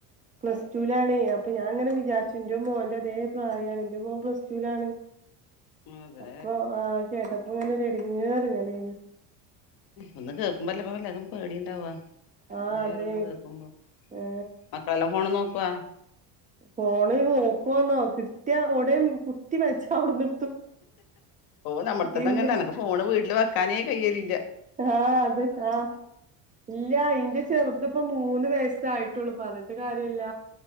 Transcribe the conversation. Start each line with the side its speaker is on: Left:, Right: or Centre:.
Right: പ്ലസ് ടുൂലാണെ അപ്പൊ ഞാൻങ്ങനെ വിചാരിച്ചു എന്റെ മോന്റെ അതേ പ്രായമാണ് എന്റെ മോൻ പ്ലസ്സ ടുലാണ്
Left: അതെ
Right: അപ്പൊ ആന് കേട്ട അപ്പങ്ങനെ രട്ങ്ങേറ് ങ്ങനെ
Left: ഒന്ന് കേൾക്കുമ്പോ അല്ലപ്പല്ലതും പേടിിയുണ്ടാവവാ
Right: ആ
Left: ഇങ്ങനെയ
Right: അതെ
Left: അവരോന്ന് കേൾക്കുമ്പോ
Right: ഏ
Left: മക്കളെല്ലാം ഫോണ് നോക്കവാ
Right: ഫോണ് നോക്കുവന്നോ കിട്ടിയ ഉവിടയും കുത്തി വെച്ച അവിടുന്ന്
Left: ഓ നമ്മുടെ തന്നെങ്ങനെ
Right: ഇന്റെ
Left: നിനക്ക് ഫോണ് വീട്ടില് വെക്ക തനേ കയ്്യലില്ല
Right: ആഹ അത് ആഹ ഇല്ല ഇന്റെ ചെറുത്പ്പ മൂന്ന് വയ ആായിട്ടുള്ളൂ പറഞ്ഞട്ട കാര്യമല്ല